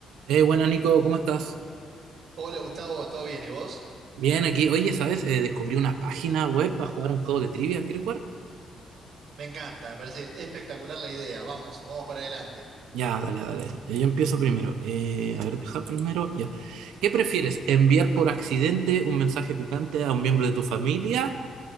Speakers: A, on the right (about 85°); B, on the right (about 70°).
A: Eh, bueno, Nico, ¿cómo estás?
B: Hola Gustavo, ¿todo bien? ¿Y vos?
A: Bien, aquí. Oye, ¿sabes? Eh, descubrí una página web para jugar un juego de trivia. ¿Quieres jugar?
B: Me encanta, me parece espectacular la idea. Vamos, vamos para adelante.
A: Ya, dale, dale. Eh, Yo empiezo primero. Eh, a ver, deja primero. Ya. ¿Qué prefieres? ¿Enviar por accidente un mensaje picante a un miembro de tu familia